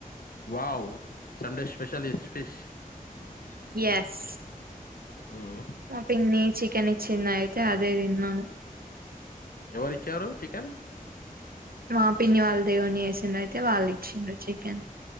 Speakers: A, on the left; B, on the right.
A: wow Sunday special is fish
B: yes
A: hmm.
B: మా పిన్ని చికెన్ ఇచ్చింద అయితే అదే తిన్నాం
A: ఎవరిచ్చారు చికెన్
B: మా పిన్ని వాళ్ళ దేవని వేసిండ్ర అయితే వాళ్ళు ఇచ్చిండ్రు చికెన్